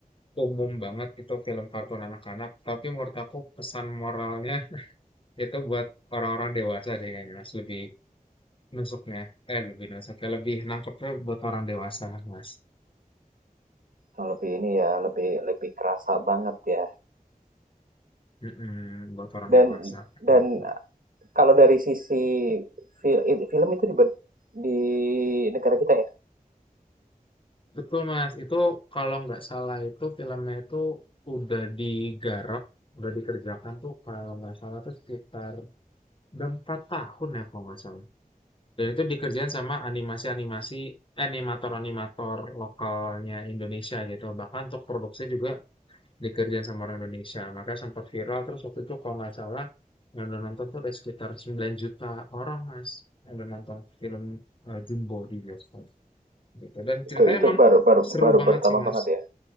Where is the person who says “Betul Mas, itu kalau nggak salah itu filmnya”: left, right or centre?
Left